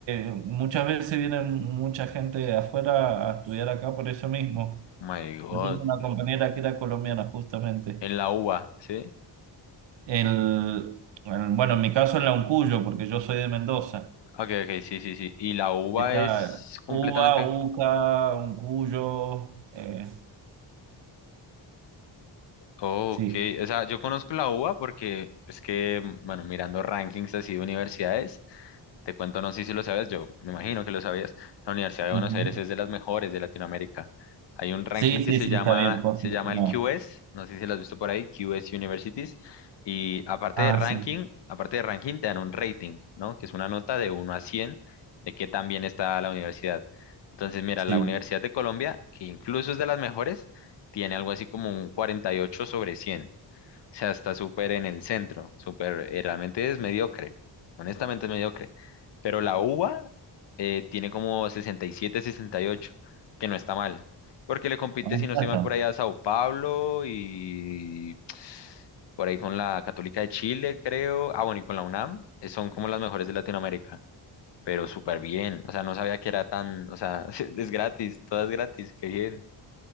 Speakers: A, on the right (about 75°); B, on the left (about 65°).
A: eh, muchas veces viene mucha gente de afuera a estudiar acá por eso mismo.
B: Oh My God,
A: Yo tenía una compañera que era colombiana, justamente.
B: en la UBA, ¿sí?
A: El, el- bueno, en mi caso en la Uncuyo, porque yo soy de Mendoza.
B: Ok, ok, sí, sí, sí. Y la uva
A: Está
B: es completamente...
A: Uva, Uca, Uncuyo. eh,
B: Ok,
A: sí.
B: o sea, yo conozco la uva porque es que, bueno, mirando rankings así de universidades, Te cuento, no sé si lo sabías, yo me imagino que lo sabías. La Universidad de Buenos
A: Ujú.
B: Aires es de las mejores de Latinoamérica. Hay un ranking
A: Sí,
B: que
A: sí,
B: se
A: sí,
B: llama,
A: está bien posicionado.
B: se llama el QS, no sé si lo has visto por ahí, QS Universities. Y aparte
A: Ah,
B: de ranking,
A: sí,
B: aparte de ranking, te dan un rating, ¿no? Que es una nota de uno a 100 de qué tan bien está la universidad. Entonces, mira,
A: sí.
B: la Universidad de Colombia, que incluso es de las mejores, tiene algo así como un cuarenta y ocho sobre cien sea, está súper en el centro, súper, eh, realmente es mediocre, honestamente es mediocre. Pero la uva eh, tiene como sesenta sesenta y siete sesenta y ocho que no está mal, porque le compite,
A: Ah,
B: si no estoy
A: está.
B: mal, por allá a Sao Paulo y por ahí con la Católica de Chile, creo. Ah, bueno, y con la UNAM, eh, son como las mejores de Latinoamérica, pero súper bien, o sea, no sabía que era tan, o sea, <laughs> es gratis, todo es gratis, qué bien.